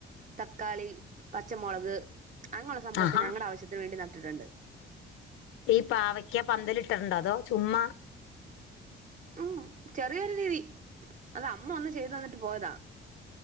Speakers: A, on the right (about 40°); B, on the left (about 85°).
A: തക്കാളി പച്ചമുളക് അങ്ങനയുള്ള സംഭവങ്ങളൊക്കെ
B: ആഹാ
A: ഞങ്ങളുടെ ആവശ്യത്തിന് വേണ്ടി നട്ടിട്ടുണ്ട്.
B: ഈ പാവയ്ക്ക പന്തലിട്ടട്ണ്ടോ അതോ ചുമ്മാ.
A: ഊ ചെറിയൊരു രീതി അത് അമ്മ ഒന്ന് ചെയ്ത് തന്നിട്ട് പോയതാ.